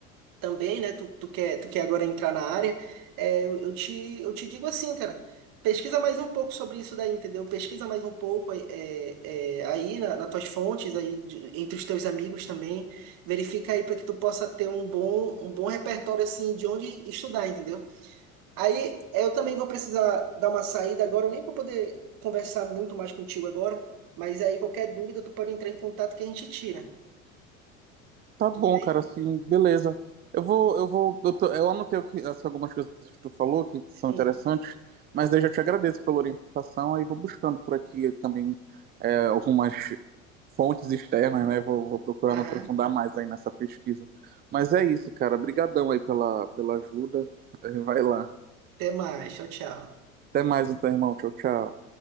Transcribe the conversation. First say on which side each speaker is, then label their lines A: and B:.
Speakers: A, on the right; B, on the right.
A: também, né? Tu, tu quer, tu quer agora entrar na área, é, eu, eu te, eu te digo assim, cara, pesquisa mais um pouco sobre isso daí, entendeu? Pesquisa mais um pouco é, é, é, aí na, nas tuas fontes, aí de- entre os teus amigos também, verifica aí para que tu possa ter um bom, um bom repertório assim de onde estudar, entendeu? Aí eu também vou precisar dar uma saída agora, eu nem vou poder conversar muito mais contigo agora, mas aí qualquer dúvida tu pode entrar em contato que a gente tira,
B: Tá
A: tudo
B: bom,
A: bem?
B: cara, assim, beleza. Eu vou, eu vou, eu, tô- eu anotei o que, as- algumas coisas que tu falou que são
A: Sim.
B: interessantes, mas eu já te agradeço pela orientação, aí vou buscando por aqui também é, algumas fontes externas, né? Vou, vou procurar
A: Aham.
B: me aprofundar mais aí nessa pesquisa. Mas é isso, cara. obrigadão aí pela, pela ajuda. Eh, Vai lá.
A: Até mais, tchau, tchau.
B: Até mais então, irmão. Tchau, tchau.